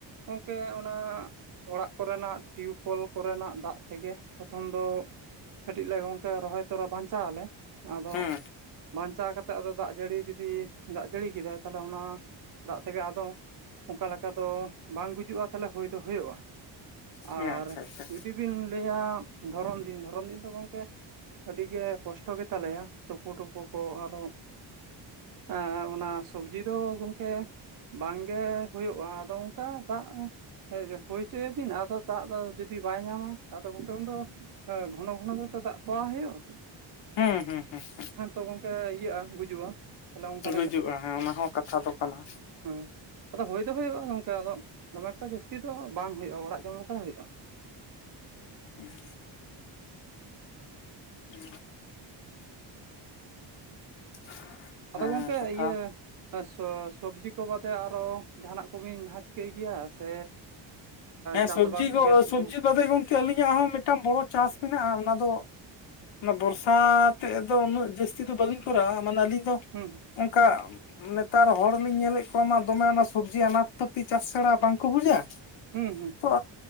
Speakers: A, on the right; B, on the left.
A: ᱜᱚᱝᱠᱮ ᱚᱱᱟ ᱚᱲᱟᱜ ᱠᱚᱨᱮᱱᱟᱜ ᱴᱤᱭᱩᱠᱚᱞ ᱠᱚᱨᱮᱱᱟᱜ ᱫᱟᱜ ᱛᱮᱜᱮ ᱯᱨᱚᱛᱷᱚᱢ ᱫᱚ ᱠᱟᱹᱴᱤᱡ ᱞᱮ ᱜᱚᱝᱠᱮ ᱨᱚᱦᱚᱭ ᱛᱚᱨᱟ ᱵᱟᱧᱪᱟᱣ ᱟᱞᱮ ᱟᱫᱚ
B: ᱦᱩᱸ
A: ᱵᱟᱧᱪᱟᱣ ᱠᱟᱛᱮᱫ ᱟᱫᱚ ᱫᱟᱜ ᱡᱟᱹᱲᱤ ᱡᱩᱫᱤ ᱫᱟᱜ ᱡᱟᱹᱲᱤ ᱠᱮᱫᱟᱭ ᱛᱟᱦᱞᱮ ᱚᱱᱟ ᱫᱟᱜ ᱛᱮᱜᱮ ᱟᱫᱚ ᱚᱱᱠᱟ ᱞᱮᱠᱟ ᱫᱚ ᱵᱟᱝ ᱜᱩᱡᱩᱜᱼᱟ ᱛᱟᱦᱞᱮ ᱦᱩᱭ ᱫᱚ ᱦᱩᱭᱩᱜᱼᱟ
B: ᱦᱩᱸ
A: ᱟᱨ
B: ᱟᱪᱪᱷᱟ ᱟᱪᱪᱷᱟ
A: ᱡᱩᱫᱤ ᱵᱤᱱ ᱞᱟᱹᱭᱟ ᱫᱷᱚᱨᱚᱱ ᱫᱤᱱ ᱫᱷᱚᱨᱚᱱ ᱫᱤᱱ ᱫᱚ ᱜᱚᱝᱠᱮ ᱟᱹᱰᱤ ᱜᱮ ᱠᱚᱥᱴᱚ ᱜᱮᱛᱟᱞᱮᱭᱟ ᱛᱩᱯᱩ ᱴᱩᱯᱩ ᱠᱚ ᱟᱨᱚ ᱟ ᱚᱱᱟ ᱥᱚᱵᱽᱡᱤ ᱫᱚ ᱜᱚᱝᱠᱮ ᱵᱟᱝᱜᱮ ᱦᱩᱭᱩᱜ-ᱟ ᱟᱫᱚ ᱚᱱᱠᱟ ᱫᱟᱜ ᱮᱭ ᱡᱮ ᱦᱩᱭ ᱦᱚᱪᱚᱭᱟᱵᱤᱱ ᱟᱫᱚ ᱫᱟᱜ ᱫᱚ ᱡᱩᱫᱤ ᱵᱟᱭ ᱧᱟᱢᱟ ᱟᱫᱚ ᱜᱚᱢᱠᱮ ᱩᱱ ᱫᱚ ᱟ ᱜᱷᱚᱱᱚ ᱜᱷᱚᱱᱚ ᱜᱮᱛᱚ ᱫᱟᱜ ᱯᱟᱣᱟᱣ ᱦᱩᱭᱩᱜᱼᱟ ᱾
B: ᱦᱮᱸ ᱦᱮᱸ ᱦᱮᱸ ᱦᱮᱸ ᱾
A: ᱛᱚ ᱜᱚᱝᱠᱮ ᱤᱭᱟᱹᱜᱼᱟ ᱜᱩᱡᱩᱜᱼᱟ ᱛᱟᱦᱚᱞᱮ ᱚᱱᱠᱟ
B: ᱜᱩᱡᱩᱜᱼᱟ ᱦᱮᱸ ᱚᱱᱟ ᱦᱚᱸ ᱠᱟᱛᱷᱟ ᱫᱚ ᱠᱟᱱᱟ ᱾
A: ᱦᱩᱸ ᱟᱫᱚ ᱦᱳᱭ ᱫᱚ ᱦᱳᱭᱩᱜᱼᱟ ᱜᱚᱝᱠᱮ ᱟᱫᱚ ᱫᱚᱢᱮ ᱮᱠᱴᱟ ᱡᱟᱹᱥᱛᱤ ᱫᱚ ᱵᱟᱝ ᱦᱩᱭᱩᱜᱼᱟ ᱚᱲᱟᱜ ᱡᱚᱢ ᱞᱮᱠᱟ ᱫᱚ ᱦᱩᱭᱩᱜᱼᱟ ᱾
B: <inaudible> ᱩᱸ <inaudible>
A: ᱟᱫᱚ ᱜᱚᱝᱠᱮ
B: ᱠᱟᱛᱷᱟ
A: ᱤᱭᱟᱹ ᱥᱚ ᱥᱚᱵᱽᱡᱤ ᱠᱚ ᱵᱟᱫᱮ ᱟᱨᱚ ᱡᱟᱦᱟᱸᱱᱟᱜ ᱠᱚᱵᱤᱱ ᱡᱟᱦᱟᱸ ᱪᱤᱠᱟᱹᱭ ᱜᱮᱭᱟ ᱥᱮ
B: ᱦᱮᱸ
A: ᱪᱟᱥᱵᱟᱥ
B: ᱥᱚᱵᱽᱡᱤ ᱠᱚᱜᱮ
A: ᱜᱮ ᱥᱩᱫᱷᱩ
B: ᱥᱚᱵᱽᱡᱤ ᱵᱟᱫᱮ ᱜᱚᱝᱠᱮ ᱟᱹᱞᱤᱧᱟᱜ ᱦᱚᱸ ᱢᱤᱜᱴᱟᱝ ᱵᱚᱲᱚ ᱪᱟᱥ ᱢᱮᱱᱟᱜᱼᱟ ᱚᱱᱟ ᱫᱚ ᱚᱱᱟ ᱵᱚᱨᱥᱟ ᱛᱮᱜ ᱫᱚ ᱩᱱᱟᱹᱜ ᱡᱟᱹᱥᱛᱤ ᱫᱚ ᱵᱟᱹᱞᱤᱧ ᱠᱚᱨᱟᱣᱟ ᱢᱟᱱᱮ ᱟᱹᱞᱤᱧ ᱫᱚ
A: ᱦᱩᱸ ᱦᱩᱸ᱾
B: ᱚᱝᱠᱟ ᱱᱮᱛᱟᱨ ᱦᱚᱲ ᱞᱤᱧ ᱧᱮᱞᱮᱜ ᱠᱚᱣᱟ ᱢᱟ ᱫᱚᱢᱮ ᱚᱱᱟ ᱥᱚᱵᱽᱡᱤ ᱟᱱᱟᱴ ᱯᱟᱹᱛᱤ ᱪᱟᱥ ᱪᱷᱟᱲᱟ ᱵᱟᱝᱠᱚ ᱵᱩᱡᱟ᱾
A: ᱦᱩᱸ ᱦᱩᱸ ᱦᱩᱸ
B: ᱛᱚ